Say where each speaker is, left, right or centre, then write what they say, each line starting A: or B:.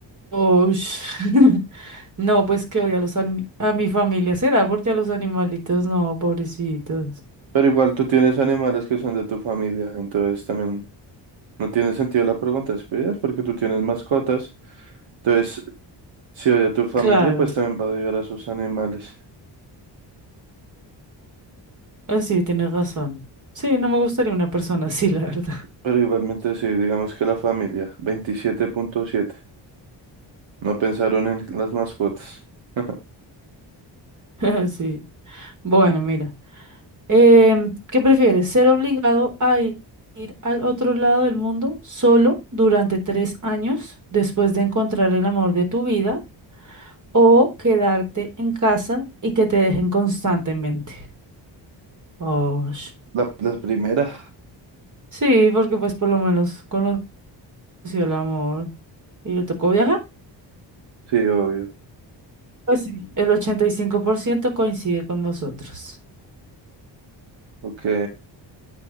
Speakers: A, on the right (about 40°); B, on the right (about 80°).
A: oh, sh- <laughs> No, pues que odia a los ani- a mi familia. ¿Será porque a los animalitos no, pobrecitos?
B: Pero igual tú tienes animales que son de tu familia, entonces también no tiene sentido la pregunta, ¿sí? Porque tú tienes mascotas, entonces si odia a tu familia,
A: Claro.
B: pues también va a odiar a sus animales.
A: Ah, sí, tienes razón. Sí, no me gustaría una persona así, <laughs> la verdad.
B: Pero igualmente sí, digamos que la familia, veintisiete punto siete. No pensaron en las mascotas. <laughs>
A: <laughs> Sí. Bueno, mira. Em, ¿qué prefieres? ¿Ser obligado a i- ir al otro lado del mundo solo durante tres años después de encontrar el amor de tu vida o quedarte en casa y que te dejen constantemente? Oh,
B: La, la primera.
A: sí, porque pues por lo menos conoció el amor y le tocó viajar.
B: Sí, obvio.
A: Pues sí, el 85% coincide con nosotros.
B: Ok.